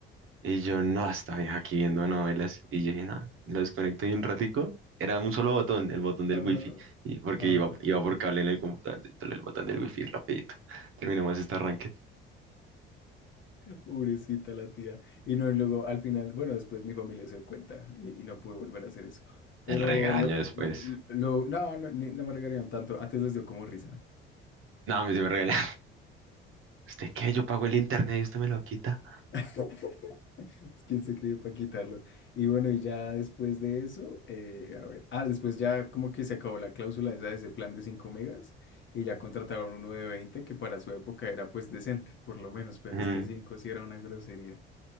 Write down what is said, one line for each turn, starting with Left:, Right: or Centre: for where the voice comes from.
Right: Y yo, no, esta vieja aquí viendo novelas. Y yo dije, no, lo desconecto y un ratico. Era un solo botón, el botón del
Left: Ajá,
Right: wifi, y porque
Left: ajá.
Right: iba, iba por cable en el computador, entonces el botón del wifi, rapidito. Terminamos esta Ranked.
Left: Pobrecita la tía. Y no, y luego al final, bueno, después mi familia se dio cuenta y, y no pude volver a hacer eso. Pero
Right: El regaño
Left: lo,
Right: después.
Left: lo- no, no, ni- no me regañaron tanto. Antes les dio como risa.
Right: No, a mí se me regaña. ¿Usted qué? Yo pago el internet y usted me lo quita.
Left: <laughs> Es quien se cree para quitarlo. Y bueno, y ya después de eso, eh, a ver, ah, después ya como que se acabó la cláusula esa de ese plan de 5 megas y ya contrataron uno de 20 que para su época era pues decente, por lo menos, pero
Right: Mm,
Left: es que 5 sí era una grosería.